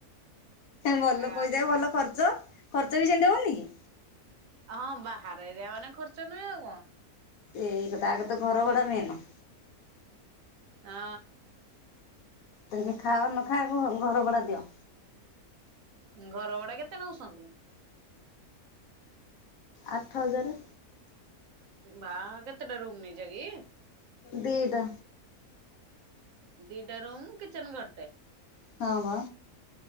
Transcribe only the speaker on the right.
ହଁ।
ହଁ ବାହାର ଏରିଆ ମାନେ ଖର୍ଚ୍ଚ ନୁହେଁ ଆଉ କଣ?
ହଁ।
ଘର ଭଡ଼ା କେତେ ନଉସନ୍ତି?
ବାଃ, କେତେଟା ରୁମ୍ ନେଇଚ କି?
ଦିଟା ରୁମ୍, କିଚେନ ଘରଟେ।